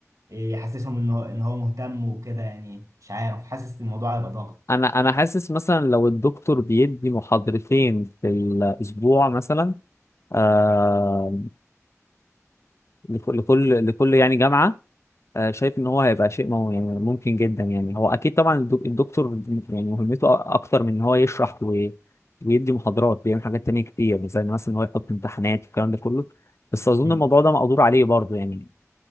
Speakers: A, on the right; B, on the left.
A: يحسسهم إن هو إن هو مهتم وكده يعني مش عارف حاسس الموضوع هيبقى ضاغط
B: انا انا حاسس مثلا لو الدكتور بيدي محاضرتين في الاسبوع مثلا آه لكل لكل لكل يعني جامعة آه شايف ان هو هيبقى شيء مو يعني ممكن جدا يعني هو اكيد طبعا الدك- الدكتور يعني مهمته اكتر من ان هو يشرح و... ويدي محاضرات بيعمل حاجات تانية كتير زي مثلا ان هو يحط امتحانات والكلام ده كله بس اظن
A: امم
B: الموضوع ده مقدور عليه برضه يعني